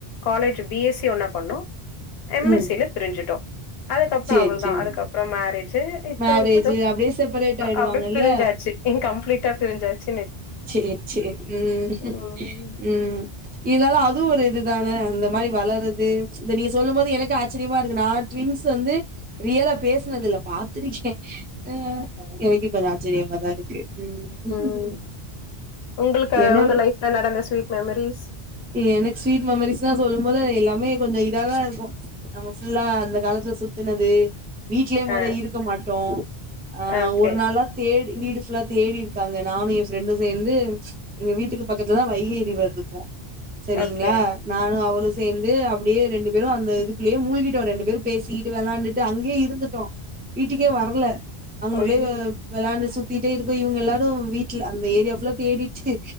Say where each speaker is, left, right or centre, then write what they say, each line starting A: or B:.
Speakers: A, on the left; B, on the right.
A: காலேஜ் பிஎஸ்சி ஒன்னா பண்ணோம் எம்எஸ்சி
B: ம்
A: ல பிரிஞ்சுட்டோம் அதுக்கப்புறம்
B: சேரி
A: அவ்ளதா
B: சேரி
A: அதுக்கு மேரேஜ்
B: மேரேஜு
A: த்த்
B: அப்டியே செப்பரேட் ஆயிடுவாங்கல்ல
A: அவள பிரிஞ்சாச்சு கம்ப்ளீட்டா பிரிஞ்சாச்சு
B: சரி சரி உம்
A: ம்
B: உம் இதனால அதுவும் ஒரு இதுதானே அந்த மாதிரி வளறது இந்த நீங்க சொல்லும் போது எனக்கு ஆச்சரியமா இருக்கு நா ட்விங்ஸ் வந்து ரியலா பேசினது இல்ல பாத்திருக்கே ஆஹ எனக்கு இப்ப அது ஆச்சரியமாதா இருக்கு உம்
A: ம் உங்களுக்கு
B: என்னோட
A: உங்க லைஃப்ல நடந்த ஸ்வீட் மெமரிஸ்
B: எனக்கு ஸ்வீட் மெமரிஸ் தா சொல்லும் போது எல்லாமே கொஞ்சம் இதா எல்லா இருக்கும் நம்ம புல்லா அந்த காலத்துல சுத்துனது வீட்லயே முத
A: ஆ
B: இருக்க மாட்டோ அஹ
A: ஓகே
B: ஒரு நாளா தேடி வீடு ஃபுல்லா தேடி இருக்காங்க நானும் எப் ரெண்டும் சேர்ந்து எங்க வீட்டுக்கு பக்கத்துல தா வைகஏறி வருது இப்போ சரிங்களா
A: ஓகே
B: நானும் அவளும் சேர்ந்து அப்டியே ரெண்டு பேரும் அந்த இதுக்குள்ளேயே மூழ்கிட்டோம் ரெண்டு பேரும் பேசிக்கிட்டு விளயாண்டு அங்கேய இருந்துட்டோ வீட்டுக்கே வரல அங்கனக்குள்ளே
A: ஐயோ
B: வெளயாண் சுத்தி இருக்கும் இவுங்க எல்லாரும் வீட்டு அந்த ஏரியா ஃபுல்லா தேடிட்டு